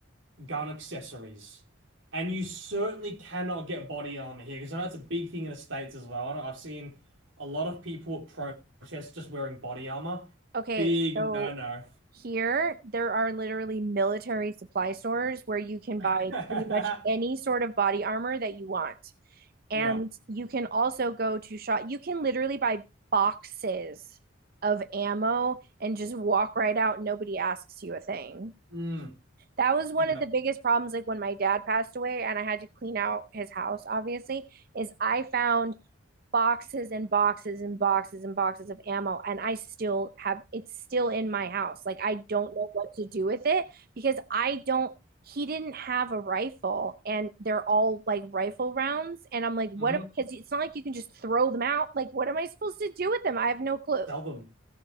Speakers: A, on the right; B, on the right.
A: gun accessories, and you certainly cannot get body armor here because I know it's a big thing in the States as well. I know I've seen a lot of people at protests just wearing body armor.
B: Okay,
A: Big
B: so
A: no no.
B: here there are literally military supply stores where you can buy
A: <laughs>
B: pretty much any sort of body armor that you want.
A: Yeah.
B: And you can also go to shop, you can literally buy boxes of ammo and just walk right out. And Nobody asks you a thing.
A: Mm.
B: That was one
A: Yeah.
B: of the biggest problems, like when my dad passed away and I had to clean out his house, obviously, is I found boxes and boxes and boxes and boxes of ammo and I still have it's still in my house. Like I don't know what to do with it because I don't he didn't have a rifle and they're all like rifle rounds and I'm like what
A: hmm
B: am cuz it's not like you can just throw them out. Like what am I supposed to do with them? I have no clue.
A: Sell them.